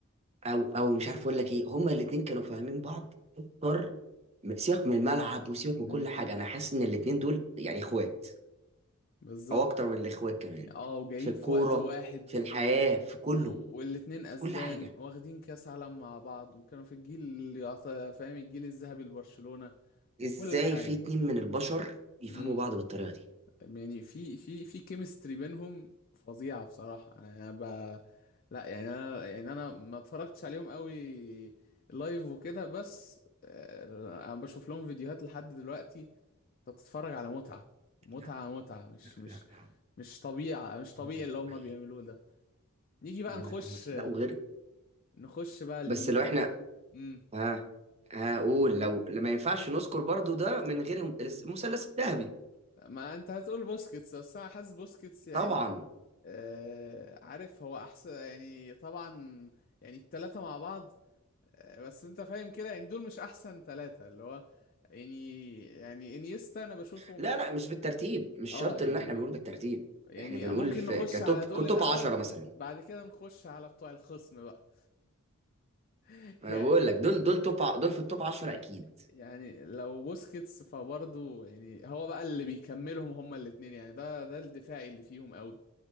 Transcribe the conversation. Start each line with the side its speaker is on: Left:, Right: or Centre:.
Right: او او مش عارف اقول لك ايه هم الاثنين كانوا فاهمين بعض اكتر م- سيبك من الملعب وسيبك من
Left: امم
Right: كل حاجه انا حاسس ان الاثنين دول يعني اخوات
Left: بالظبط
Right: او اكتر من الاخوات
Left: يعني
Right: كمان
Left: اه وجايين
Right: في الكوره
Left: في وقت واحد
Right: في الحياه في كله
Left: و- والاتنين اسبان
Right: في كل حاجه
Left: واخدين كاس عالم مع بعض وكانوا في الجيل اللي يعت- فاهم الجيل الذهبي لبرشلونة وكل
Right: ازاي
Left: حاجة
Right: في اتنين من البشر يفهموا
Left: امم
Right: بعض بالطريقه دي
Left: يعني في في في كيمستري بينهم فظيعة بصراحة انا انا ب... لا يعني انا يعني انا ما اتفرجتش عليهم قوي لايف وكده بس آه، انا بشوف لهم فيديوهات لحد دلوقتي انت بتتفرج على متعة متعة
Right: لا
Left: متعة مش
Right: لا
Left: مش
Right: لا لا
Left: مش طبيعة مش طبيعي
Right: هم مش
Left: اللي
Right: طبيعيين
Left: هم بيعملوه ده نيجي بقى
Right: هم-
Left: نخش
Right: هم- لا وغير
Left: نخش بقى لمين
Right: بس لو احنا
Left: امم
Right: ها هقول لو ما ينفعش نذكر برضو ده من غير المثلث الذهبي
Left: ما انت هتقول بوسكيتس بس انا حاسس بوسكيتس يعني
Right: طبعا
Left: آه، عارف هو احسن يعني طبعا يعني التلاتة مع بعض آه، بس انت فاهم كده يعني دول مش احسن تلاتة اللي هو يعني يعني انيستا انا بشوفهم
Right: لا لا مش بالترتيب مش
Left: اه
Right: شرط
Left: يعني
Right: ان احنا بنقول بالترتيب
Left: يعني
Right: احنا بنقول
Left: ممكن
Right: في
Left: نخش
Right: كتوب
Left: على
Right: كتوب
Left: دول الاول
Right: 10 مثلا
Left: بعد كده نخش على بتوع الخصم بقى <laughs>
Right: انا
Left: يعني
Right: بقول لك دول دول توب ع- دول في التوب 10
Left: يعني
Right: اكيد
Left: يعني لو بوسكيتس فبرضه يعني هو بقى اللي بيكملهم هما الاتنين يعني ده ده الدفاعي اللي فيهم قوي